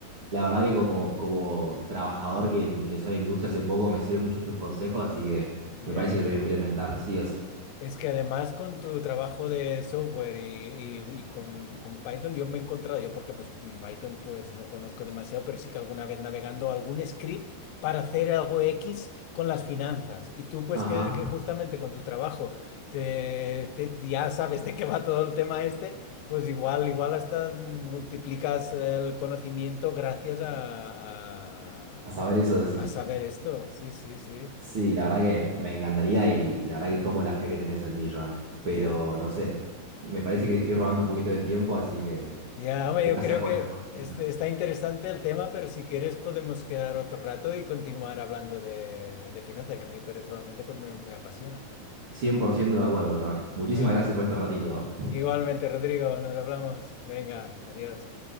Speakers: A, on the right; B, on the left.
A: La verdad que como, como trabajador que ingresó a la industria hace poco me sirven muchos tus consejos, así que
B: Yeah.
A: me parece que lo voy a implementar, sí o sí.
B: Es que además con tu trabajo de software y, y- y con, con Python yo me he encontrado, yo porque pues mm, Python pues no conozco demasiado, pero sí que alguna vez navegando algún script para hacer algo X con las finanzas. Y tú pues
A: Ajá.
B: que, que justamente con tu trabajo te, te- ya sabes de qué va todo el tema este, pues igual, igual hasta multiplicas el conocimiento gracias a, a,
A: A saber
B: al-
A: eso decís.
B: a saber esto. Sí, sí, sí.
A: Sí, la
B: A ver.
A: verdad que me encantaría y, y la verdad
B: Ujú.
A: que tomo la fe que tenés en mí, Joan. Pero
B: Yeah.
A: no sé, me parece que te estoy robando un poquito de tiempo, así que
B: Ya, hombre,
A: gracias
B: yo creo
A: por
B: que
A: estas cositas.
B: este, está interesante el tema, pero si quieres podemos quedar otro rato y continuar hablando de, de finanzas, que a mí personalmente pues me, me apasiona.
A: 100% de acuerdo, Joan. Muchísimas
B: ¿Vale?
A: gracias por este ratito.
B: Igualmente, Rodrigo, nos hablamos. Venga, adiós.